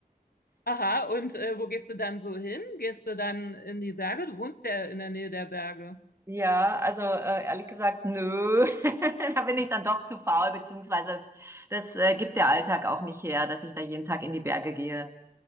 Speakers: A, on the left; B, on the right.
A: Aha, und äh, wo gehst du dann so hin? Gehst du dann in die Berge? Du wohnst ja in der Nähe der Berge.
B: Ja, also äh, ehrlich gesagt, nö. <laughs> Da bin ich dann doch zu faul, beziehungsweise das, das äh, gibt der Alltag auch nicht her, dass ich da jeden Tag in die Berge gehe.